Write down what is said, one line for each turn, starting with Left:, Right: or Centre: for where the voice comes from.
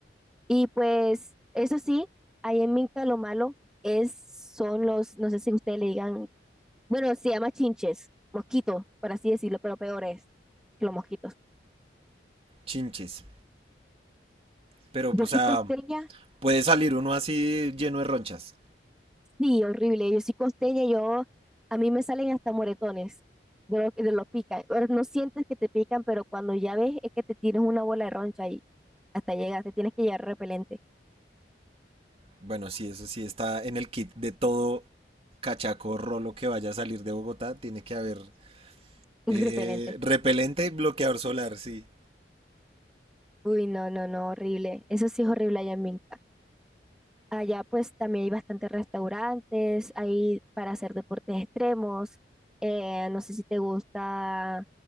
Centre: Y pues eso sí, ahí en Minca lo malo es, son los, no sé si ustedes le digan, bueno, se llama chinches, mosquitos, por así decirlo, pero peor es que los mosquitos.
Right: Chinches. Pero,
Centre: Yo
Right: o sea,
Centre: soy costeña
Right: puede salir uno así lleno de ronchas.
Centre: Sí, horrible. Yo soy costeña, yo a mí me salen hasta moretones de lo, de lo pican. Ahora, no sientes que te pican, pero cuando ya ves es que te tienes una bola de roncha y hasta llegas, te tienes que llevar repelente,
Right: Bueno, sí, eso sí está en el kit de todo cachaco rolo que vaya a salir de Bogotá. Tiene que haber
Centre: <laughs> un
Right: Eh,
Centre: repelente.
Right: repelente y bloqueador solar, sí.
Centre: Uy, no, no, no, horrible. Eso sí es horrible allá en Minca. Allá pues también hay bastantes restaurantes, hay para hacer deportes extremos. Eh, no sé si te gusta